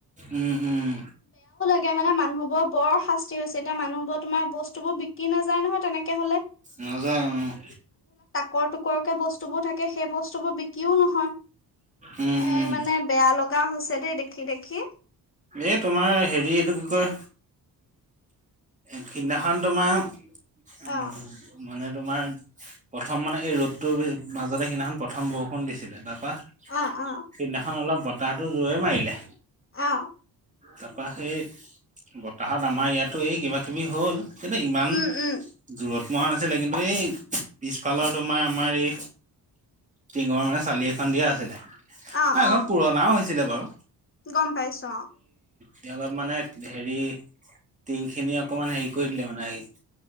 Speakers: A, on the right; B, on the left.
A: উম উম
B: এতিয়া মানে মানুহবোৰৰ বৰ শাস্তি হৈছে, এতিয়া মানুহবোৰ তোমাৰ বস্তুোৰ বিক্ৰী নাযায় নহয় তেনেকে হলে।
A: মজা অ',
B: কৰ টুকৰ কে বস্তু কে সেই বস্তুবোৰ বিক্ৰীও নহয়,
A: উম
B: এ
A: উম
B: মানে বেয়া গাহৈছে দে দেখি দেখি
A: এ তোমাৰ হেৰি এইটো কি কয় এই সিদিনাখন তোমাৰ উম,
B: অ
A: মানে তোমাৰ প্ৰথম মানে এই ৰ'দটোৰ মাজতে সিদিনাখন প্ৰথম বৰষুণ দিছিলে তাত সিদিনাখন
B: অ অ
A: অলপ বতাহটো জোৰেই মাৰিলে।
B: অ
A: তাৰপৰা সেই বতাহত আমাৰ ইয়াতো এই কিবাকিবি হ'ল। কিন্ত ইমান
B: উম উম
A: জোৰত মৰা নাছিলে কিন্তু এই পিছফালৰ তোমাৰ আমাৰ এই টিঙৰ মানে চালি এখন দিয়া আছিলে,
B: অ
A: হয় এখন
B: অ
A: পুৰণাও হৈছিলে বাৰু
B: গম পাইছো অ',
A: তেওঁ অলপ মানে হেৰি টিং খিনি অকণমান হেৰি কৰি দিলে মানে হেৰি